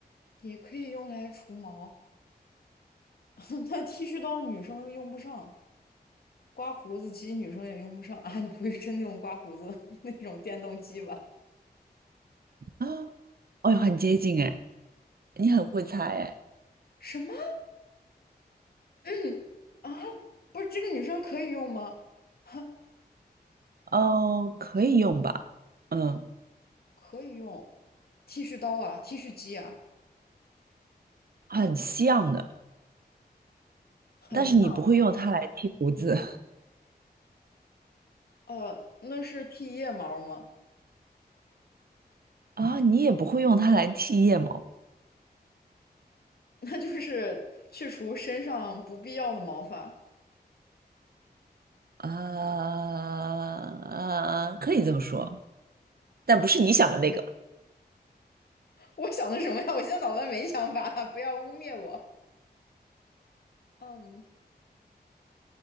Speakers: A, on the left (about 65°); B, on the right (about 65°).
A: 也可以用来除毛。<laughs> 那剃须刀女生又用不上，刮胡子机女生也用不上 <laughs> 啊。你不会真的用刮胡子 <laughs> 那种电动机吧？
B: 啊。哦哟，很接近哎，你很会猜哎。
A: 什么？<laughs> 啊，不是这个女生可以用吗？哈，
B: 哦，可以用吧？嗯，
A: 可以用剃须刀啊，剃须机啊，
B: 很像的，
A: 很像。
B: 但是你不会用它来剃胡子
A: 呃，那是剃腋毛吗？
B: <laughs> 啊，你也不会用它来剃腋毛
A: <laughs> 那就是去除身上不必要的毛发。
B: 啊，可以这么说，但不是你想的那个
A: 我想的什么呀？我现在脑袋没想法，<laughs> 不要污蔑我。嗯，